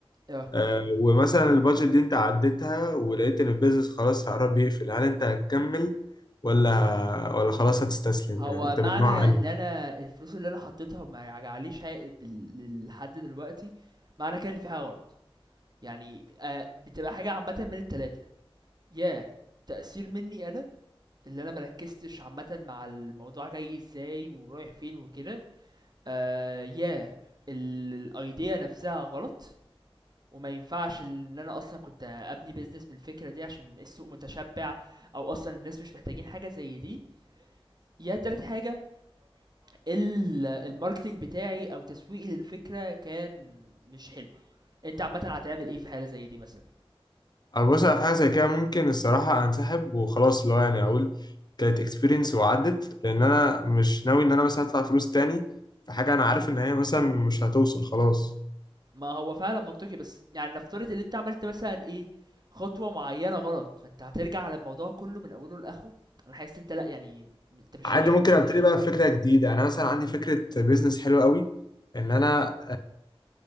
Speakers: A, on the right; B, on the left.
A: اه
B: آه، ومثلا البادجت دي انت عديتها ولقيت ان البيزنس خلاص قرب يقفل هل انت هتكمل ولا ولا خلاص هتستسلم
A: هو
B: يعني انت
A: معنى
B: من نوع انهي
A: ان انا الفلوس اللي انا حطيتها وما رجعليش عائد بال- لحد دلوقتي معنى كده ان في حاجة غلط يعني آه بتبقى حاجة عامة من التلاتة يا تأثير مني انا اللي انا مركزتش عامة مع الموضوع جاي ازاي ورايح فين وكده آه يا الايديا نفسها غلط وما ينفعش ان انا اصلا كنت ابني بيزنس من الفكره دي عشان السوق متشبع او اصلا الناس مش محتاجين حاجه زي دي يا تالت حاجه ال- الماركتينج بتاعي او تسويقي للفكره كان مش حلو انت عامه هتعمل ايه في حاله زي دي مثلا
B: أنا بص أنا في حاجه زي كده ممكن الصراحه انسحب وخلاص اللي هو يعني اقول كانت اكسبيرينس وعدت لان انا مش ناوي ان انا مثلا ادفع فلوس تاني في حاجه انا عارف ان هي مثلا مش هتوصل خلاص
A: ما هو فعلا منطقي بس يعني نفترض ان انت عملت مثلا ايه خطوه معينه غلط فانت هترجع على الموضوع كله من اوله لاخره انا حاسس انت لا يعني انت مش
B: عادي
A: شايف
B: ممكن
A: ان
B: ابتدي بقى بفكره جديده يعني انا مثلا عندي فكره بيزنس حلوه قوي ان انا